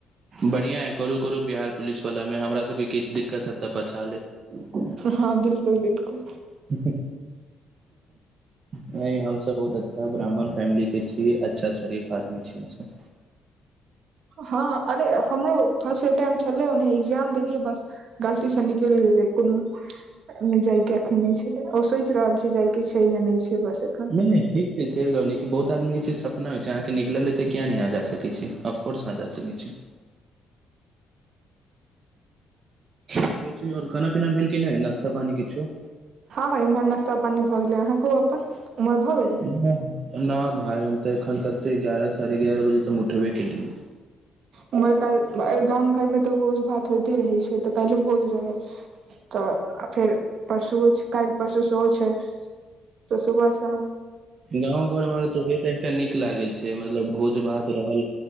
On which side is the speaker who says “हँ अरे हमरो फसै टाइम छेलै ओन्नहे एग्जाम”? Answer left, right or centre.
Right